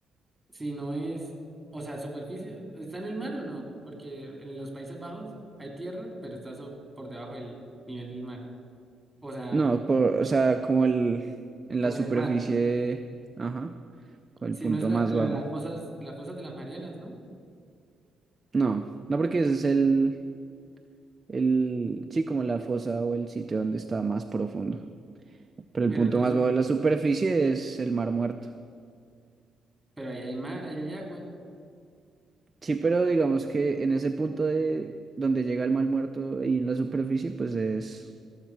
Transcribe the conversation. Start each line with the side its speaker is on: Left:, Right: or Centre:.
Centre: si no es, o sea, superficie, ¿está en el mar o no? Porque en los Países Bajos hay tierra, pero está so- por debajo del nivel del mar. O sea,
Right: No, por, o sea, como el, en
Centre: como
Right: la superficie,
Centre: en el mar.
Right: ajá, con el
Centre: Si
Right: punto
Centre: no es la,
Right: más
Centre: lo
Right: bajo.
Centre: de las fosas, las fosas de las Marianas, ¿no?
Right: No, no porque ese es el, el, sí, como la fosa o el sitio donde está más profundo. Pero
Centre: Pero
Right: el punto
Centre: entonces,
Right: más bajo de la superficie es el Mar Muerto.
Centre: pero ahí hay mar, ahí hay agua.
Right: Sí, pero digamos que en ese punto de donde llega el Mar Muerto y en la superficie, pues es